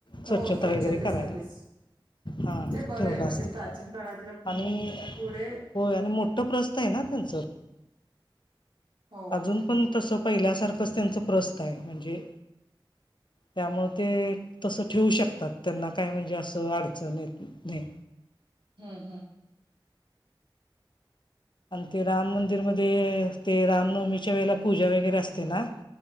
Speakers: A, on the left; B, on the right.
A: स्वच्छता
B: हो स्वच्छतेसाठीच
A: वगैरे करायला हा
B: ते बरं
A: ठेवला
B: आहे म्हणजे
A: असलं...
B: प्राचीन काळातलं
A: आणि...
B: पुढे
A: होय आणि मो ठ प्रस्तय ना तुमच....
B: हो
A: अजून पण तसं पहिल्यासारखंच त्यांचं प्रस्तय म्हणजे त्यामुळ ते तसं ठेवू शकतात त्यांना काय म्हणजे असं अडचण येत नाही
B: हम्म हम्म
A: अनं ते राम मंदिरमध्ये ते रामनवमीच्या वेळेला पूजा वगैरे असते ना